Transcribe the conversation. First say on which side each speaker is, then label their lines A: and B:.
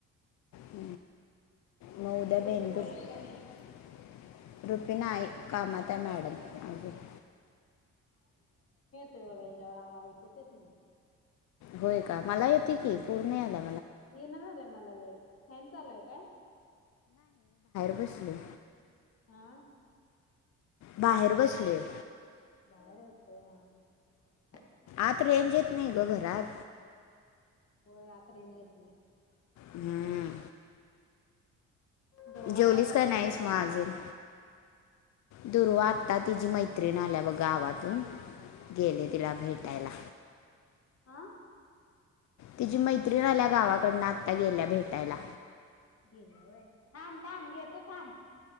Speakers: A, on the left (about 65°); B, on the left (about 50°).
A: ह. म उदया
B: रुपे
A: बेंदुर-
B: बोलले का नाही
A: - रुपी नाई कामात हाय मॅडम अजुन
B: हेज्या वर आओ ऐकूच येत नाही.
A: होय का मला येते की पुर्ण याला.
B: इना झालाय मला लई. फँन चालु हाय काय?
A: बसलो.
B: आ.
A: बाहेर बसलोयं.
B: बाहेर हाईस होय. हा.
A: आत रेंज येत नाही ग घरात
B: होय आत रेंज येत नाही- -
A: हमं.
B: दुर्वा
A: जेवलीस
B: करायला
A: काय नाहीस
B: खेळाल्या
A: मग अजुन? दुर्वा आता तिची मैत्रिण आल्या ब गावातून गेलयं तिला भेटायला.
B: अं.
A: तिची मै त्रीण आल्या गावाकडनं आता गेल्या भेटायला.
B: गेल्या होय थांब थांब. घेतो थांब.